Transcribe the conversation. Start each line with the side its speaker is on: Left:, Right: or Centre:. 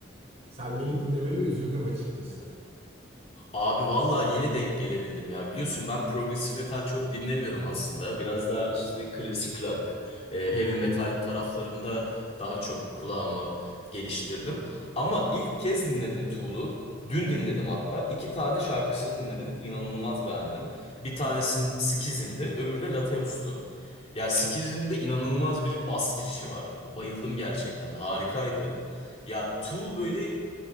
Right: Sen yeni dinlemeni üzüldüm açıkçası.
Left: Abi vallahi yeni denk gelebildim ya. Biliyorsun ben progresif metal çok dinlemiyorum aslında. Biraz daha işte klasik rock, e, heavy metal taraflarında daha çok kulağımı geliştirdim. Ama ilk kez dinledim Tool'u. Dün dinledim hatta. İki tane şarkısını dinledim. İnanılmaz beğendim. Bir tanesi Schism'di, öbürü de Laterus'tu. Ya Schism'de inanılmaz bir bas girişi var. Bayıldım gerçekten. Harikaydı. Ya Tool böyle